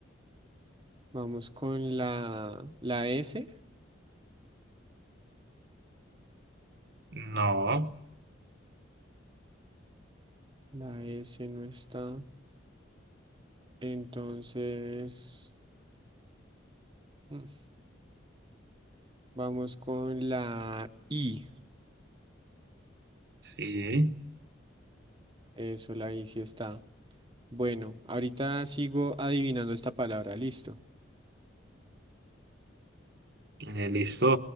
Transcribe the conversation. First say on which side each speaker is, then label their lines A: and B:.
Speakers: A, on the right (about 25°); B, on the right (about 55°).
A: vamos con la, la S.
B: no,
A: La S no está. Entonces, mm, vamos con la I.
B: sí,
A: Eso, la I sí está. Bueno, ahorita sigo adivinando esta palabra. Listo.
B: eh, listo.